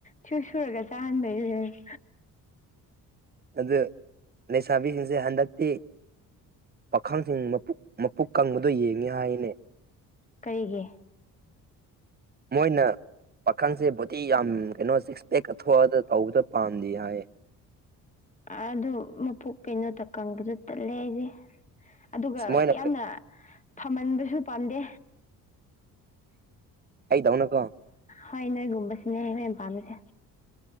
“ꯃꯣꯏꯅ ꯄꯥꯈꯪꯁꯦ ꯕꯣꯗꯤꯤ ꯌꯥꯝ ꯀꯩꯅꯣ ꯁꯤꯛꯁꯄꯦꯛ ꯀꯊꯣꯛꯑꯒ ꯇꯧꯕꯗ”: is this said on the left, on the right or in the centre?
Right